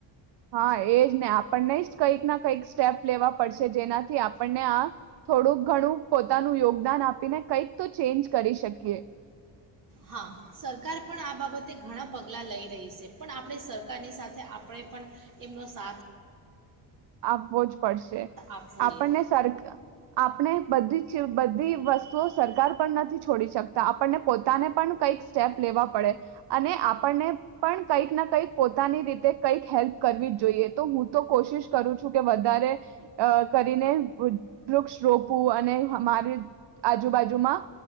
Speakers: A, on the right; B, on the right.
A: હા એજ ને આપણને જ કંઈક ના કંઈક સ્ટેપ લેવા પડશે, જેનાથી આપણને આ થોડુંક ઘણું પોતાનું યોગદાન આપીને કંઈક તો ચેન્જ કરી શકીએ.
B: હા સરકાર પણ આ બાબતે ઘણા પગલા લઈ રહી છે. પણ આપણે સરકારની સાથે આપણે પણ એમનો સાથ
A: આપવો જ પડશે.
B: આપવો
A: આપણને
B: જોઈએ
A: સર આપણે બધી બધી વસ્તુઓ સર સરકાર પણ નથી છોડી શકતા. આપણને પોતાને પણ કંઈક સ્ટેપ લેવા પડે અને આપણને પણ કંઈક ના કંઈક પોતાની રીતે કંઈક હેલ્પ કરવી જ જોઈએ. તો હું તો કોશિશ કરું છું કે વધારે અ કરીને <unintelligible> વૃક્ષ રોપવુ અને હમારે આજુબાજુમાં